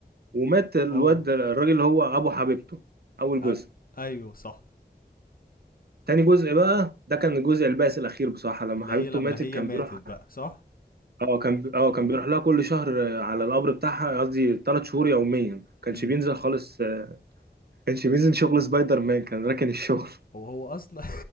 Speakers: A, on the right; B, on the left.
A: ومات الواد
B: اه
A: الراجل اللي هو ابو حبيبته اول
B: آ-
A: جزء
B: ايوه صح
A: تاني جزء بقى ده كان الجزء البائس الاخير بصراحه لما
B: اللي
A: حبيبته
B: هي لما
A: ماتت
B: هي
A: كان
B: ماتت
A: بيروح
B: بقى صح
A: اه كان اه كان بيروح لها كل شهر آه، على القبر بتاعها قصدي ثلاث شهور يوميا كانش
B: امم
A: بينزل خالص آه، كانش بينزل شغل سبايدر مان كان راكن الشغل
B: هو هو اصلا